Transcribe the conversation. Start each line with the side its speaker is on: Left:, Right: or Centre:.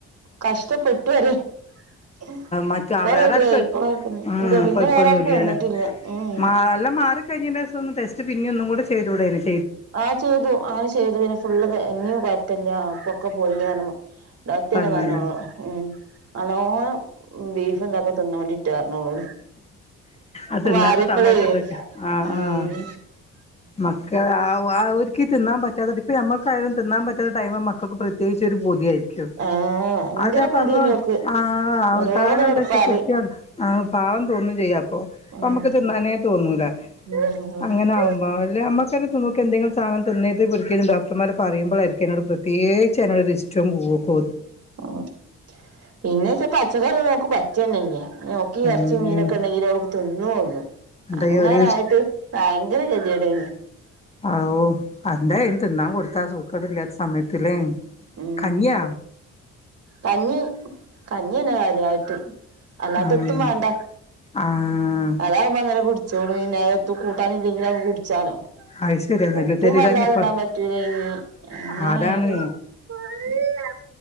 Right: കഷ്ടപ്പെട്ടു പറയ ഇപ്പം
Left: മറ്റ വേറെ
Right: റെഡിയായി
Left: ആർക്കും
Right: ഇപ്പം കുഴ്പ്പൊന്നൂല്ല
Left: ഉം
Right: പിന്നെ
Left: കൊഴപ്പൊന്നുംല്ലല്ലേ
Right: വേറെ ആർക്കും വന്നിട്ടില്ല ഉം ഉം
Left: നല്ല മാറി കഴിഞ്ഞയ്ന്റെ ശേഷം ഒന്ന് ടെസ്റ്റ് പിന്ന ഒന്നും കൂടെ ചെയ്തൂടായിരുന്നോ
Right: ആഹ് ചെയ്തു അങ്ങനെ ചെയ്തു പിന്നെ ഫുള്ള് ഇഞ് കുഴപ്പല്ല അപ്പൊക്കെ പോയിണ് പറഞ്ഞു ഡോക്ട് തന്നെ
Left: പറഞ്ഞല്ലോ
Right: പറഞ്ഞു ഓളോട് ഉ നല്ലോണം ബീഫ് ഇതൊക്ക തിന്നേണ്ടി ട്ടൊ പറഞ്ഞു ഓളോട്
Left: അത് തിന്നാത്ത
Right: മാറിയപ്പളെ
Left: സമയത്തൊക്കെ ആഹ്
Right: ഉം
Left: ആഹ് മക്കൾ ആ അവർക്ക് തിന്നാൻ പറ്റാത്ത ഇപ്പ ഞമ്മക്കായാലും തിന്നാൻ പറ്റാത്ത ടൈമാകുമ്പോ ക്കെ അപ്പം പ്രത്യേകിച്ച് ഒരു പൂതിയായിരിക്കും
Right: ആഹ് ഭയങ്കര
Left: അതിനപ്പം
Right: പൂതിയേനു
Left: നമ്മൾ
Right: ഓക്ക്
Left: ആ
Right: ഓരോന്ന്
Left: കാരണം
Right: ഇങ്ങട്
Left: എന്താ വെച്ചാ
Right: പറിം
Left: കുട്ടിയ ആ തോന്നും ചെയ്യാ അപ്പൊ
Right: ഉം
Left: നമക്ക് തിന്നനേ തോന്നൂല
Right: ഉം
Left: അങ്ങനെ ആവുമ്പം അല്ല അമ്മക്കന്നെ നോക്ക എന്ത സാനം തിന്നേര്ത് പിടിക്കരുത് ഡോക്ടർമാർ പറയുമ്പോളായിരിക്കും അ തിനോട് പ്രത്യേകച്ച്അ തിനോട് ഇഷ്ട പോ
Right: ഉം പിന്നെ വെച്ചാ പച്ചക്കറി ഒന്നും ഓക്ക് പറ്റുക തന്നെ ഇല്ല ഓക്ക് ഈ
Left: ഏഹ്
Right: ഇറച്ചി മീനൊക്കെ ഉണ്ടെങ്കി ലെ ഓൾ തിന്നൊള്ളു
Left: എന്താ
Right: അങ്ങനായിട്ട്
Left: ഒരു
Right: ഭയങ്കര കേതിയെടെയ്നി
Left: ഓ അന്തായി തിന്നാ കൊടുത്താ സൂക്കട് ഇല്ലാത്ത സമയത്തിലെ
Right: ഉം
Left: കഞ്ഞിയോ
Right: കഞ്ഞി കഞ്ഞിന്നെ കാര്യായിട്ട് അല്ലാത്തെ
Left: ആഹ്
Right: എത്തും വേണ്ട
Left: ആഹ്
Right: അതാകുമ്പങ്ങനെ കുടു ചോളും അത് പിന്നെ എത്തും കൂട്ടാനില്ലെങ്കിലും കുടിച്ചാലോ
Left: അത് ശരിയാ നെല്ലു
Right: ഉപ്പും
Left: തരി
Right: വല്ലാതെ
Left: കഞ്ഞി ഇപ്പ
Right: ഇടാൻ പറ്റൂലേനി ഇ അങ്ങനെ
Left: ആടാണ്
Right: <unintelligible>